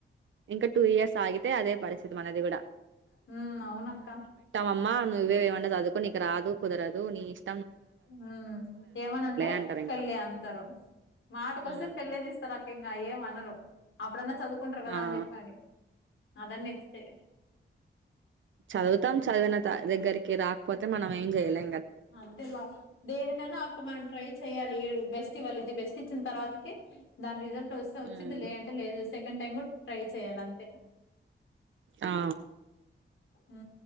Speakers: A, on the right; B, on the left.
A: ఇంకా టూ ఇయర్స్ ఆగితే అదే పరిస్థితి మనది కూడ
B: హు అవునక్క
A: అమ్మా నువ్వే <unintelligible> చదువుకో నీకు రాదు కుదరదు నీ ఇష్ట
B: హు ఏమన్నా అంటే
A: అంటారు
B: పెళ్ళి
A: ఇంకా
B: అంతరు మాటకొస్తే
A: ఉమ్
B: పెళ్ళిది ఇస్తారు అక్క ఇంకా ఏ మనరు అప్పుడన్నా చదువుకుంటారు కదా
A: ఆ
B: అని చెప్పి అదన్న ఎత్తితే
A: చదువుతం చదివిన దగ్గరికి రాకపోతే మనం ఏం చెయ్యలే
B: అంతేగ దేనికైన అ మనం ట్రై చెయ్యాలి బెస్ట్ వాల్ ది బెస్ట్ ఇచ్చిన తర్వాతకి దాని రిజల్ వేస్తే వచ్చిది
A: ఉమ్
B: లే అంటే లేదు సెకండ్ టైమ్ కూడ ట్రై చెయాలంతే
A: ఆ
B: ఉ